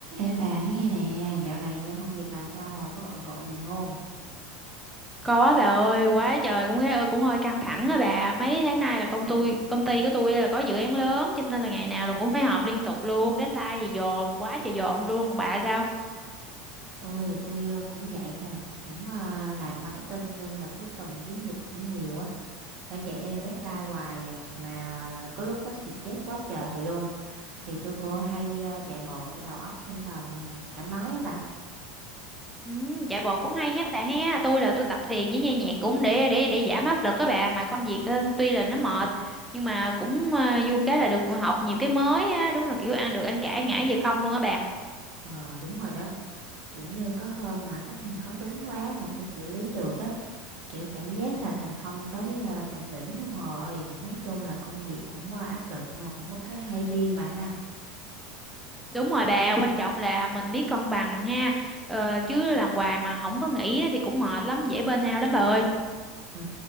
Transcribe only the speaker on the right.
Ê bà nói nghe nè, dạo này ờ, công việc bà sao rồi, có bận rộn gì không?
Tôi tôi ờ, cũng vậy nè, cũng ờ, làm marketing nên là cuối tuần chiến dịch cũng nhiều á, phải chạy theo deadline hoài à, mà có lúc có xì chết quá trời luôn. Thì tôi cô hay ờ, chạy bộ cho đầu óc tinh thần thoải mái á bà.
Ờ đúng rồi đó, kiểu như có hôm mà khách hàng khó tính quá mà chưa xử lý được á kiểu cảm giác là thành công tới ờ, tận đỉnh luôn rồi nói chung là công việc cũng ờ, áp lực nhưng mà cũng có cái hay riêng mà ha
ừ